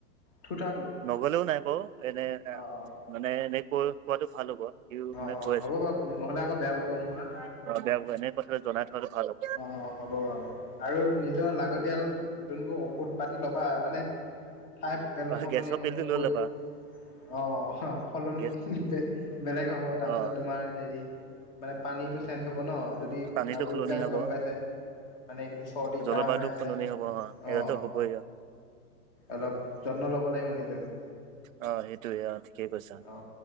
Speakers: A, on the left; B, on the right.
A: থঠোটাটো।
B: নগ'লেও নাই বাৰু এনে।
A: অ', অ'।
B: মানে এনেকৈ কোৱাটো ভাল হ'ব। সিও
A: অ',
B: মানে
A: অ',
B: কৈ
A: হ'ব বাৰু নহ'লে আকৌ বেয়া পাব নহয়।
B: অ' বেয়া পাব এনে কথাটো জনাই থোৱা ভাল হ'ব।
A: অ' হ'ব বাৰু, আৰু নিজৰ লাগতিয়াল যোনবোৰ ঔষধ পাতি ল'বা মানে। ঠাই তেল
B: অ'
A: সলনি
B: গেছৰ
A: হ'ব
B: পিলটো লৈ
A: পৰিৱেশ।
B: ল'বা
A: অ', অ', সলনি
B: গেছ
A: বেলেগ হ'ব তাৰপিছত
B: অ'
A: তোমাৰ হেৰি। মানে পানীটো চেঞ্জ হ'ব ন' যদি
B: পানীটো
A: আৰু
B: সলনি হ'ব।
A: গ'ম পাইছে। মানে এই কি কয় চৰ্দি
B: জলবায়ুটো
A: কাঁহ হৈ আছে,
B: সলনি হ'ব
A: অ
B: এইয়াতো হ'বই
A: অলপ। যত্ন ল'ব লাগিব নিজকে।
B: অ' সেইটোয়ে অ' ঠিকে কৈছা।
A: অ'